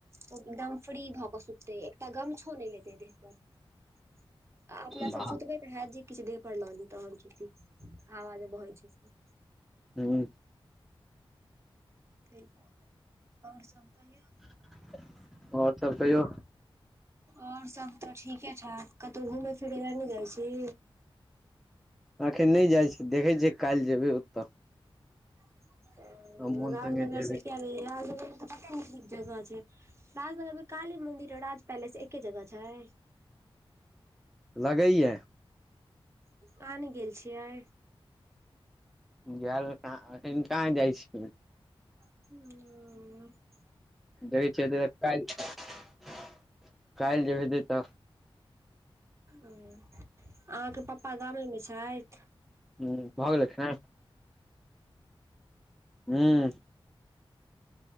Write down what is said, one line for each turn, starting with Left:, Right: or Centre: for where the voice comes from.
Right: ओ एकदम फ्री भ भ क सुततै। एकटा गमछो नै लेतै देह पर, <inaudible> आ अपना
Centre: हँ
Right: सब सुतबै हैत जे किछ देह पर ल ली तहन सुती। हवा जे बहै छै से <inaudible>
Centre: हूं
Right: <unintelligible> आओर सब कहिऔ?
Centre: <inaudible> आओर सब कहियौ?
Right: आओर सब त ठीके ठाक, कतौ घूमै फिरै ले नै जाइ छी?
Centre: अखन नै जाइ छी, देखै छियै काल्हि जेबै ओत।
Right: <unintelligible> ओ
Centre: मोन
Right: राजनगर
Centre: संगे जेबै
Right: सं किए <unintelligible> कते नीक नीक जगह छै? <inaudible> राजनगरमे काली मन्दिर आ राज पैलेस एके जगह छैै?
Centre: लगैया
Right: <inaudible> अहाँ नै गेल छियै?
Centre: <unintelligible>
Right: <inaudible> ओ
Centre: देखै छियैे जे काल्हि <unintelligible> काल्हि जेबै हेतै त।
Right: ओ <inaudible> अहाँके पप्पा गामे मे छथि?
Centre: हुं भ गेलै खेनाइ? हूं
Right: ह <inaudible>